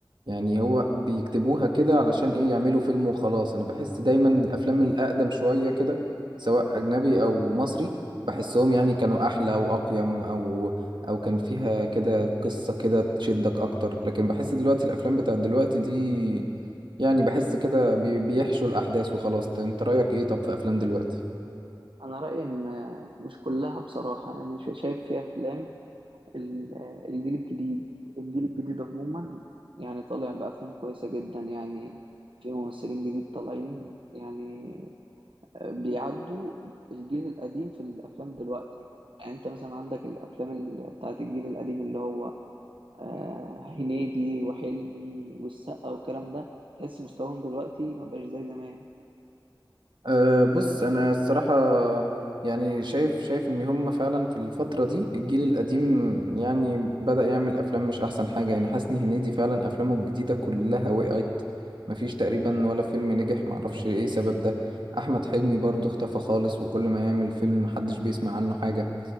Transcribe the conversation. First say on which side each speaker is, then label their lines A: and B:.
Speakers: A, on the right; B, on the right.
A: يعني هو بيكتبوها كده علشان ايه يعملوا فيلم وخلاص انا بحس دايما الافلام الاقدم شويه كده سواء اجنبي او مصري بحسهم يعني كانوا احلى واقيم او او كان فيها كده قصه كده تشدك اكتر لكن بحس دلوقتي الافلام بتاعت دلوقتي دي يعني بحس كده بي- بيحشوا الأحداث وخلاص انت رأيك ايه طب في أفلام دلوقتي؟
B: انا رايي ان مش كلها بصراحه يعني شا- شايف فيها افلام ال- الجيل الجديد الجيل الجديد عموما يعني طالع بافلام كويسه جدا يعني في ممثلين جديد طالعين يعني بيعدوا الجيل القديم في الافلام دلوقتي يعني انت مثلا عندك الافلام ال- بتاعت الجيل القديم اللي هو آه، هنيدي وحلمي والسقا والكلام ده تحس مستواهم دلوقتي ما بقاش زي زمان
A: أه بص أنا الصراحة يعني شايف شايف إن هم فعلا في الفترة دي الجيل القديم يعني بدأ يعمل أفلام مش أحسن حاجة يعني حسني هنيدي فعلا أفلامه الجديدة كلها وقعت مفيش تقريبا ولا فيلم نجح معرفش ايه سبب ده أحمد حلمي برضه اختفى خالص وكل ما يعمل فيلم محدش بيسمع عنه حاجة